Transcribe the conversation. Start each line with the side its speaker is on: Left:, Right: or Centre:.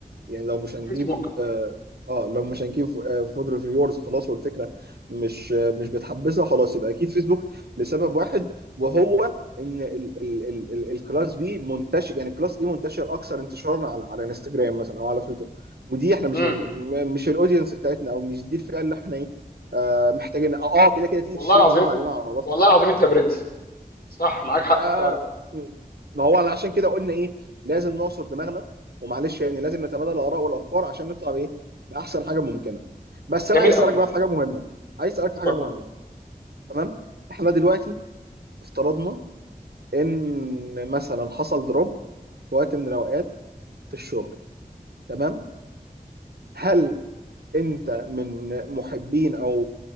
Right: يعني لو مش هنجيب
Left: فيسبوك
Right: اه آه، لو مش هنجيب آه، فود ريفيورز خلاص والفكره مش آه، مش بتحبسها خلاص يبقى اكيد فيسبوك لسبب واحد وهو ان ال ال ال ال الكلاس بي منتشر يعني الكلاس اي منتشر اكثر انتشارا على على انستجرام مثلا او على تويتر ودي احنا مش
Left: امم
Right: من م- مش الاودينس بتاعتنا او مش دي الفئه اللي احنا ايه آه محتاجين اه آه، كده كده تيجي
Left: والله
Right: تشتري
Left: العظيم
Right: مننا وعلينا على راسنا
Left: والله العظيم انت برنس صح معاك حق
Right: آه
Left: فعلا
Right: م. ما هو أنا عشان كده قلنا ايه لازم نعصر دماغنا ومعلش يعني لازم نتبادل الاراء والافكار عشان نطلع بايه باحسن حاجه ممكنه بس
Left: جميل
Right: انا عايز
Left: قوي
Right: اسالك بقى في حاجه مهمه عايز اسالك في
Left: اتفضل
Right: حاجه مهمه تمام احنا دلوقتي افترضنا ان مثلا حصل دروب في وقت من الاوقات في الشغل تمام هل انت من محبين او